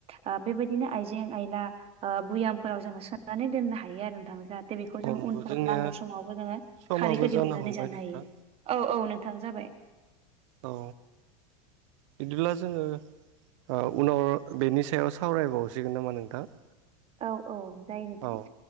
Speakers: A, on the right; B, on the right.
A: ओ बेबायदिनो आइजें आयला ओ भुयामफोराव जोंङो सोनानै दोननो हायो आरो नोंथां जाहाथे दि बेखौ
B: औ
A: जोंङो
B: नंगौ
A: उनफोराव
B: जोंनिया
A: नांगौ समावबो जोंङो
B: समाबो
A: खारैखौ दिहुननानै
B: हमबाय
A: जानो
B: नोंथां
A: हायो। औ औ नोंथां जाबाय।
B: औ बिदिब्ला जोंङो ओ उनाव बेनि सायाव सावरायबावसिगोन नामा नोंथां?
A: औ औ जायो नोथां।
B: औ